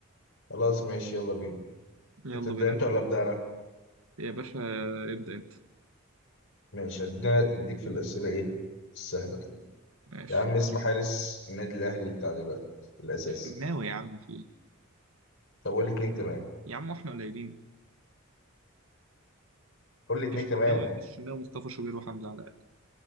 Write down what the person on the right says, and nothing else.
يلا
بينا
يا باشا
يا باشا ابدا انت
ماشي
الشناوي يا عم في ايه
يا عم احنا قليلين
الشناوي
الشناوي مصطفى شوبير وحمزه علاء